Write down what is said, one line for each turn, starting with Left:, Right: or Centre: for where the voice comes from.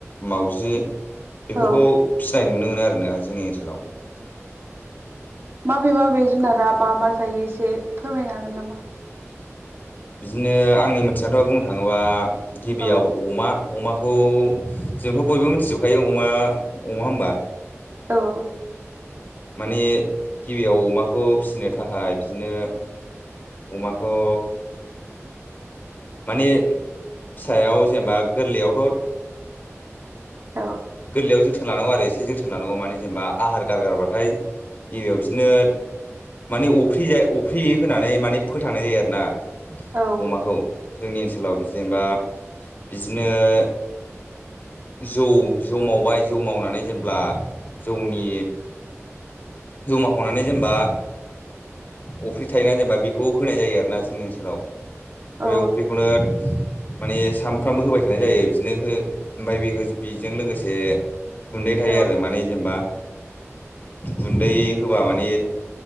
Left: मावाउजि, बेफोरखौ
Right: औ
Left: फिसिनाय नुनो मोनो। आरो ना? जोंनि ओनसोलाव।
Right: अबे माबे जुनारा मा मा जायो एसे फोरमायनो हागोन नामा?
Left: बिदिनो आंनि मिथिनायाथ' बुंनो थाङोबा। गिबियाव
Right: औ
Left: अमा। अमाखौ जोंथ' बयबो मिथिजोबखायो अमा-अमा होनबा?
Right: औ।
Left: माने गिबियाव अमाखौ फिसिनो थाखाय बिदिनो अमाखौ माने फिसायाव जेनेबा गोरलैयावथ'
Right: औ
Left: गोरलैयाव ज जोथोन लानांगौ आरो एसे। जोथोन लानांगौ। माने जेनेबा आहार गारगारबाथाय गिबियाव बिदिनो माने अफ्रिज अफ्रि होनानै माने फोथांनाय जायो। आरो ना?
Right: औ
Left: अमाखौ जोंनि ओनसोलाव जेनेबा बिदिनोनो जौ-जौ मावबाय जौ मावनानै जेब्लाजौनि
Right: <unintelligible>
Left: जमााखावनानै जेनेबा अफ्रि थायोना जेनेबा बेखौ होनाय जायो। आरो आरोना जोंनि ओनसोलाव ओमफ्राय
Right: औ
Left: बे अफ्रिखौनो माने सामफ्रामबो होबाय थानाय जायो। बिदिनो ओमफ्राय बे बेजों लोगोसे गुन्दै थायो
Right: औ
Left: आरो माने जेनेबा गुन्दै होबा माने